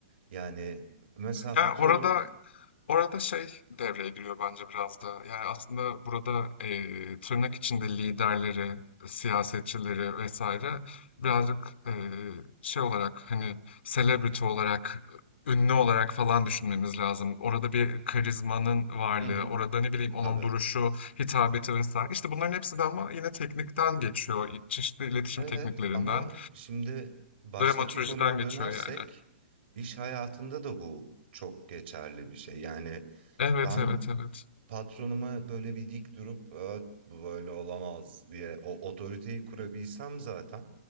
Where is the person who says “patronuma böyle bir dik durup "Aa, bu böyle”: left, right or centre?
Right